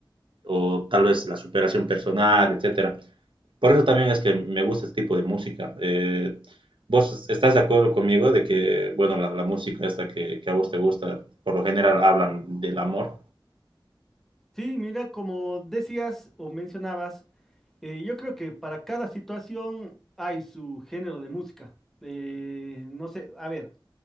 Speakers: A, on the right; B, in the centre.
A: o tal vez la superación personal, etcétera. Por eso también es que me gusta este tipo de música. Eh, ¿Vos estás de acuerdo conmigo de que, bueno, la, la música esta que, que a vos te gusta, por lo general hablan del amor?
B: sí, mira, como decías o mencionabas, Eh, yo creo que para cada situación hay su género de música. Eh, no sé, a ver,